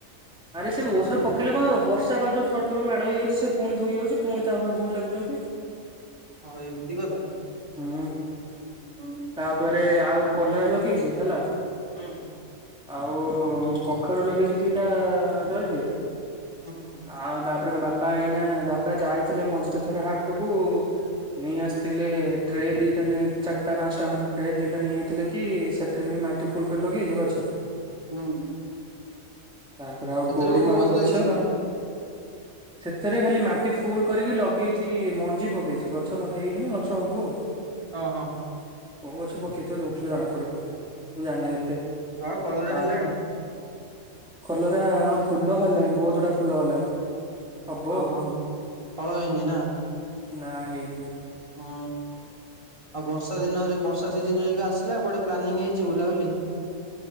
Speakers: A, in the centre; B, on the right.
A: ଆରେ ସେ ଔଷଧ ପକେଇଲେ କଣ ହେବ ବର୍ଷା ବା ଯୋଉ ଥ ଥର ମାଡ଼ ହେଇଯାଉଛି ସେ ପୁଣି ଧୋଇଇଯାଉଛି ପୁଣି ତାପରେ ପୁଣି ଲାଗୁଛନ୍ତି।
B: ହଁ ଏମିତି କଥା।
A: ହୁଁ।
B: ହୁଁ
A: ତାପରେ ଆଉ କଲରାଲଗେଇଛି ହେଲା।
B: ହୁଁ।
A: ଆଉ କଖାରୁ ଲଗେଇଛି ଦିଟା ଜରିରେ।
B: ହୁଁ
A: ଆଉ ତାପରେ କଣ ବାପା ଏଇନା ବାପା ଯାଇଥିଲେ ମଝିରେ ଥରେ ହାଟକୁ ନେଇ ଆସିଥିଲେ ଟ୍ରେ ଦିଟା ନ ଚାଟ ଟା ପାଞ୍ଚଟା ଖଣ୍ଟ ଦିଟା ଟ୍ରେ ନେଇଯଥିଲେ କି ସେଥିରେ ବି ଫୁଲ୍ କରି ଲଗେଇଛି ଗଛ।
B: ହୁଁ।
A: ତାପରେ ଆଉ
B: ସେଥିରେ
A: ଗୋଡିମାଳ
B: କୋଉ କୋଉ
A: ଗଛ।
B: ଲାଗିଛି?
A: ସେଥିରେ ଖାଲି ମାଟି ଫୁଲ୍ କରିକି ଲଗେଇଛି ମଞ୍ଜି ପକେଇ ଛି ଗଛ ଲ ହେଇନି ଗଛ ହବୁ ଆଉ।
B: ଓଁ ହୋ।
A: ଓଉ ଗଛ ପକେଇଥିଲା ଉଠିଲେ ଜଣା ପଡେ ମୁଁ ଜାଣିନି ଏତେ।
B: ଆଉ କଲରା
A: ତା
B: ହେଲାଣି।
A: କଲରା ହଁ ଫୁଲ ହେଲାଣି ବହୁତ ଗୁଡା ଫୁଲ ହେଲାଣି। ହବ
B: ଓହୋ,
A: ଆଉ
B: ହଳ ହେଇ ନି ନା।
A: ନା ହେଇନି।
B: ହୁଁ, ଆଉ ବର୍ଷା ଦିନରେ ବର୍ଷା ସିଜନ ଆସିଲା କୁଆଡେ ପ୍ଲାନିଂ ହେଇ ଯ ଉଲାଉଲି।